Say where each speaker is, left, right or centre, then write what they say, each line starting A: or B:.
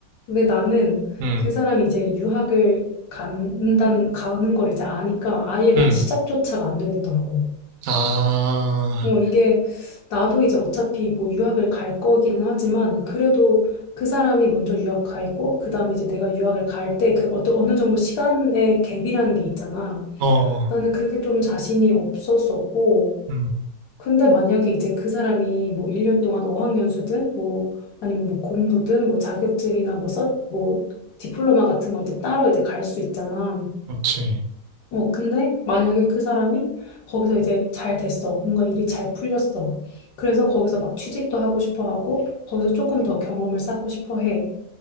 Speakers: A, on the left; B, on the right.
A: 근데 나는
B: 음,
A: 그 사람이 이제 유학을 간다는, 가는 걸 이제 아니까 아예 난
B: 음.
A: 시작조차가 안 되겠더라고.
B: 아,
A: 어, 이게 나도 이제 어차피 뭐 유학을 갈 거기는 하지만 그래도 그 사람이 먼저 유학 가 있고 그다음에 이제 내가 유학을 갈 때 그 어떤 어느 정도 시간의 갭이라는 게 있잖아.
B: 어.
A: 나는 그게 좀 자신이 없었었고
B: 음.
A: 근데 만약에 이제 그 사람이 뭐 1년 동안 어학연수든 뭐 아니면 뭐 공부든 뭐 자격증이나 뭐 써, 뭐 디플로마 같은 걸 이제 따로 이제 갈 수 있잖아.
B: 그렇지.
A: 어, 근데 만약에 그 사람이 거기서 이제 잘 됐어. 뭔가 일이 잘 풀렸어. 그래서 거기서 막 취직도 하고 싶어 하고 거기서 조금 더 경험을 쌓고 싶어 해.